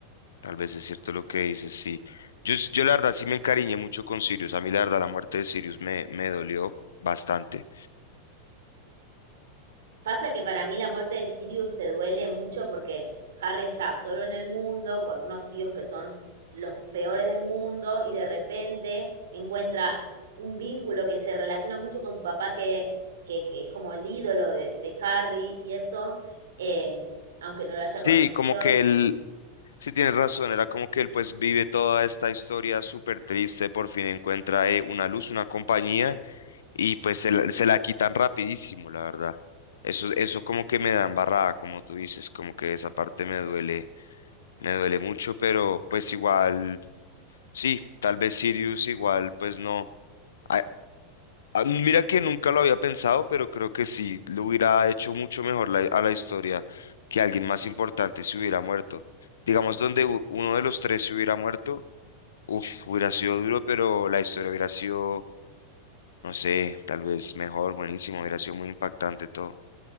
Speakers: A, on the left; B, on the right.
A: tal vez es cierto lo que dices, sí. Yo, s- yo la verdad sí me encariñé mucho con Sirius. A mí la verdad la muerte de Sirius me, me dolió bastante.
B: Pasa que para mí la muerte de Sirius te duele mucho porque Harry está solo en el mundo, con unos tíos que son los peores del mundo, y de repente encuentra un vínculo que se relaciona mucho con su papá, que, que, que es como el ídolo de, de Harry, y eso, eh, aunque no lo haya
A: Sí,
B: conocido.
A: como que él Sí, tienes razón, era como que él pues vive toda esta historia súper triste, por fin encuentra eh, una luz, una compañía y pues se la, se la quitan rapidísimo, la verdad. Eso, eso como que me da embarrada, como tú dices, como que esa parte me duele, me duele mucho, pero pues igual, sí, tal vez Sirius igual, pues no. Ah, ah, Mira que nunca lo había pensado, pero creo que sí, le hubiera hecho mucho mejor la- a la historia que alguien más importante se hubiera muerto. Digamos, donde u- uno de los tres se hubiera muerto Uf, hubiera sido duro, pero la historia hubiera sido, no sé, tal vez mejor, buenísimo, hubiera sido muy impactante todo.